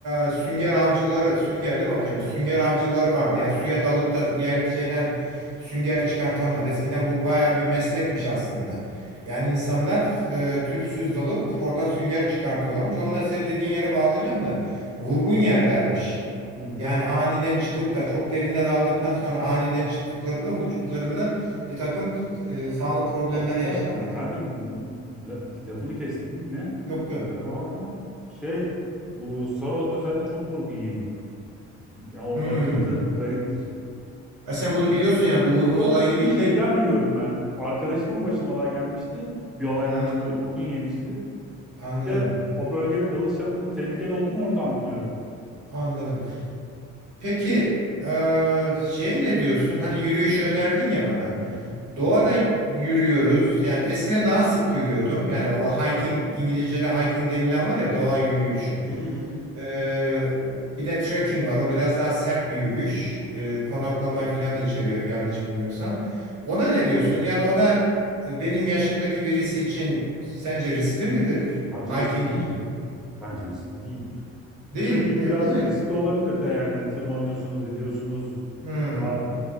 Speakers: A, on the right (about 85°); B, in the centre.
A: e, sünger avcıları sünger değil mi o kelime sünger avcıları vardı yani suya dalıp da yer şeyden sünger çıkartanlar eskiden bu baya bir meslekmiş aslında yani insanlar e, tüpsüz dalıp oradan sünger çıkartıyorlarmış onlar senin dediğin yere bağlayacağım da vurgun yerlermiş
B: Hı hı.
A: yani aniden çıkıp da çok derine daldıktan sonra aniden çıktıklarında vücutlarında bir takım e, sağlık problemleri
B: Hatta
A: yaşarlar
B: ben de bir la- la- lafını kestim yine.
A: yok yok
B: Kusura bakma. Şey bu Saros'da özellikle çok vurgun yenir. Yani orada
A: Hmm.
B: akıntı gariptir.
A: Ha sen bunu biliyorsun yani bu vurgun
B: Yok
A: olayını
B: bunu
A: bildiğin.
B: şeyden biliyorum ben. Arkadaşımın başına olay gelmişti. Bir olay
A: Hmm,
B: gelmişti böyle vurgun yemişti.
A: anladım.
B: Bir de o bölgede dalış yapmanın tehlikeli olduğunu oradan biliyorum.
A: Anladım. Peki eee şeye ne diyorsun? Hani yürüyüşü önerdin ya bana.
B: Hı hı.
A: Doğada yürüyoruz. Yani eskiden daha sık yürüyordum. Yani o hiking İngilizce'de hiking denilen var ya doğa yürüyüşü.
B: Hı hı hı. hı.
A: Eee, bir de trekking var. O biraz daha sert bir yürüyüş. Eee konaklama falan da içeriyor yanlış bilmiyorsam. Ona ne diyorsun? Ya da o da e, benim yaşımdaki birisi için sence riskli midir?
B: Bence
A: Hiking
B: riskli değildi.
A: için.
B: Bence riskli değildir.
A: Değil,
B: Trekking
A: değil,
B: birazcık
A: değil mi?
B: riskli olabilir de yani hani tırmanıyorsunuz ediyorsunuz
A: Hmm.
B: dağ,